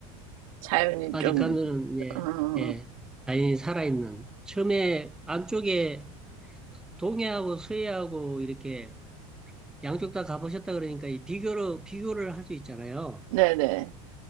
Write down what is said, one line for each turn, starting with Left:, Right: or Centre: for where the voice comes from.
Right: 자연이
Centre: 아직까지는
Right: 좀,
Centre: 예,
Right: 어,
Centre: 예, 자연이 살아있는 처음에 안쪽에 동해하고 서해하고 이렇게 양쪽 다 가보셨다 그러니까 이 비교를 비교를 할 수 있잖아요.
Right: 네네.